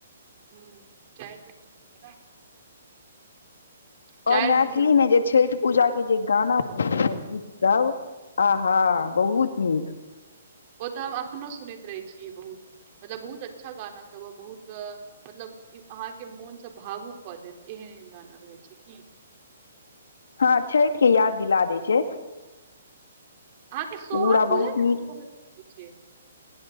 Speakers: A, on the right (about 40°); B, on the left (about 75°).
A: हं चारि दिन चारि
B: और मैथिलीमे
A: दिन के होइ
B: जे छठि पूजाके जे गाना सभ बजैये गीतसभ आ हा
A: छै
B: बहुत नीक
A: ओ तऽ हम एखनहु सुनैत रहै छियै बहुत, मतलब बहुत अच्छा गाना सब ओ बहुत मतलब अहाँके मोनसँ भावुक कऽ देत, एहन एहन गाना रहै छै की
B: हँ छठि के याद दिला दै छै।
A: अहाँके सोहर
B: पूरा
A: बुझल
B: बहुत
A: अछि
B: नीक
A: की होइ छै?